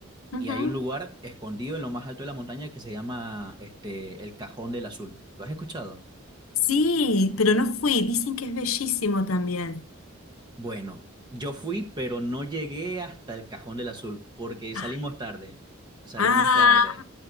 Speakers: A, on the left; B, on the right.
A: Ujú.
B: y hay un lugar escondido en lo más alto de la montaña que se llama este, el Cajón del Azul. ¿Lo has escuchado?
A: Sí, pero no fui. Dicen que es bellísimo también.
B: Bueno, yo fui, pero no llegué hasta el Cajón del Azul porque salimos
A: Ah,
B: tarde. Salimos
A: ah,
B: tarde.